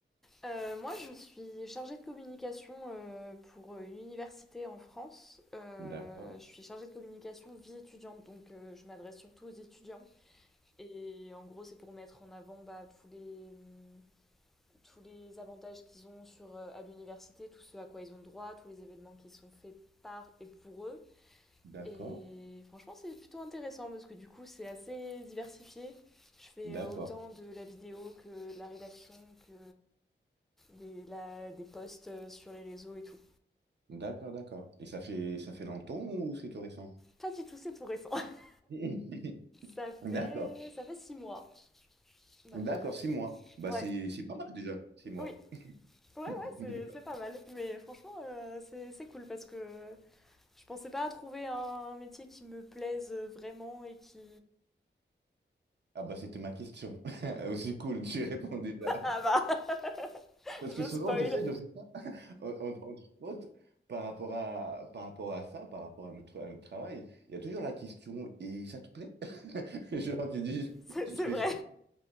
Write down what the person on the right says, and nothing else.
D'accord.
D'accord,
d'accord,
d'accord, d'accord. Et ça fait ça fait longtemps ou c'est tout récent?
<laughs>
D'accord,
d'accord, six mois. Bah
c'est c'est pas mal déjà, six mois.
<laughs> D'accord.
Ah bah c'était ma question. <laughs> Aussi cool, tu réponds déjà.
Parce
que souvent,
tu sais, je fais ça, en- en- entre autres, par rapport à, par rapport à ça, par rapport à notre, à notre travail, il y a toujours la question, et ça te plaît? <laughs> Genre, tu dis,
je
fais
ça.